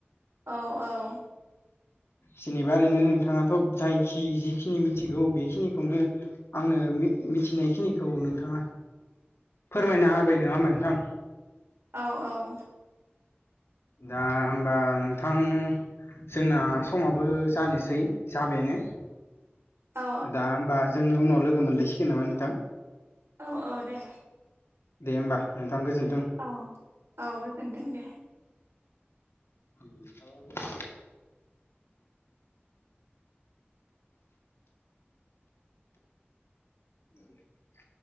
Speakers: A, on the right; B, on the left.
A: औ औ
B: जेनेबा ओरैनो नोंथाङाथ' जायखि जिखिनि मिथिगौ बेखिनिखौनो आंनो मिथिनायखिनिखौ नोंथाङा फोरमायना होबाय नङा होमबा नोंथां
A: औ औ
B: दा होमबा नोंथां जोंना समाबो जानोसै जाबायानो
A: औ
B: दा होमबा जों उनाव लोगो मोनलायसिगोन नामा नोंथां
A: औ औ दे
B: दे होमबा नोंथां गोजोन्थों
A: औ औ गोजोनथों दे
B: <unintelligible> औ